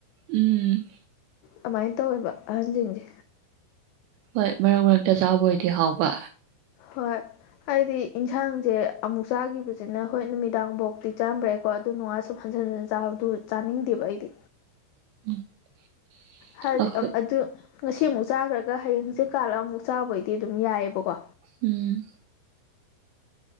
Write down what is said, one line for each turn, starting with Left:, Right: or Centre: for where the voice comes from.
Right: ꯎꯝ꯫
Left: ꯑꯗꯨꯃꯥꯏꯅ ꯇꯧꯋꯦꯕ ꯑꯍꯟꯖꯤꯡꯖꯦ꯫
Right: ꯍꯣꯏ ꯃꯔꯛ ꯃꯔꯛꯇ ꯆꯥꯕ ꯑꯣꯏꯗꯤ ꯍꯥꯎꯕ꯫
Left: ꯍꯣꯏ꯫ ꯍꯥꯏꯗꯤ ꯏꯖꯥꯡꯖꯦ ꯑꯃꯨꯛ ꯆꯥꯈꯤꯕꯁꯤꯅ ꯍꯣꯏ ꯅꯨꯃꯤꯗꯥꯡ ꯕꯥꯎꯇꯤ ꯆꯥꯔꯝꯕ ꯌꯥꯏꯀꯣ ꯑꯗꯨ ꯅꯨꯡꯉꯥꯜ ꯁꯧ ꯍꯟꯖꯟ ꯍꯟꯖꯟ ꯆꯥꯕꯗꯨ ꯆꯥꯅꯤꯡꯗꯦꯕ ꯑꯩꯗꯤ꯫
Right: <unintelligible>
Left: ꯍꯥꯏꯗꯤ
Right: ꯑꯩꯈꯣꯏ
Left: ꯑ ꯑꯗꯨ ꯉꯁꯤ ꯑꯃꯨꯛ ꯆꯥꯈ꯭ꯔꯒ ꯍꯌꯦꯡ ꯍꯪꯁꯤꯠ ꯀꯥꯜꯂ ꯑꯃꯨꯛ ꯆꯥꯕ ꯑꯣꯏꯗꯤ ꯌꯥꯏꯑꯦꯕꯀꯣ꯫
Right: ꯎꯝ꯫